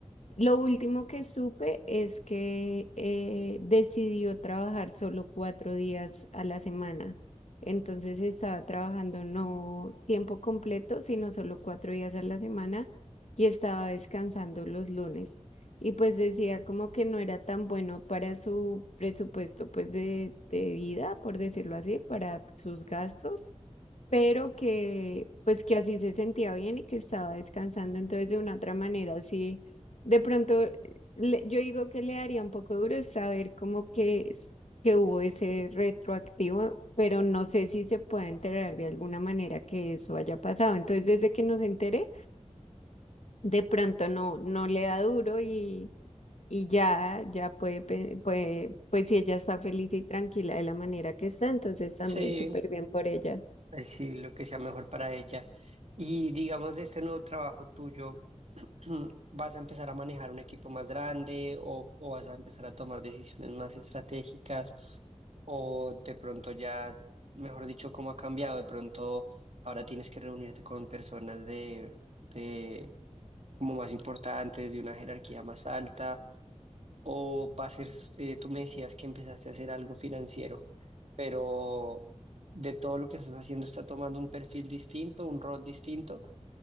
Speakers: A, on the left; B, on the right.
A: Lo último que supe es que eh, decidió trabajar solo cuatro días a la semana. Entonces estaba trabajando no tiempo completo, sino solo cuatro días a la semana y estaba descansando los lunes. Y pues decía como que no era tan bueno para su presupuesto pues de, de vida, por decirlo así, para sus gastos pero que pues que así se sentía bien y que estaba descansando, entonces de una otra manera, así de pronto eh, le- yo digo que le daría un poco duro es saber como que, es- que hubo ese retroactivo, pero no sé si se puede enterar de alguna manera que eso haya pasado, entonces desde que nos enteré, de pronto no, no le da duro y... Y ya, ya puede, pe- puede, pues si ella está feliz y tranquila de la manera que está, entonces también
B: sí,
A: súper bien por ella.
B: pues sí, lo que sea mejor para ella. Y digamos, de este nuevo trabajo tuyo, <clears throat> ¿vas a empezar a manejar un equipo más grande o, o vas a empezar a tomar decisiones más estratégicas? O de pronto ya, mejor dicho, cómo ha cambiado, de pronto ahora tienes que reunirte con personas de, de como más importantes, de una jerarquía más alta O para hacer, s- eh, tú me decías que empezaste a hacer algo financiero, pero de todo lo que estás haciendo está tomando un perfil distinto, un rol distinto,